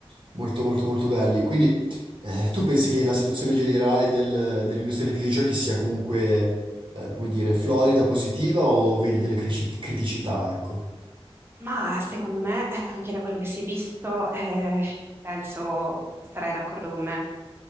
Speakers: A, on the right; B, on the right.
A: molto, molto, molto belli. Quindi, eh, tu pensi che la situazione generale del- dell'industria dei videogiochi sia comunque, eh, come dire, florida, positiva o vedi delle crici- criticità, ecco?
B: Ma secondo me, eh, anche da quello che si è visto, eh, penso sarai d'accordo con me,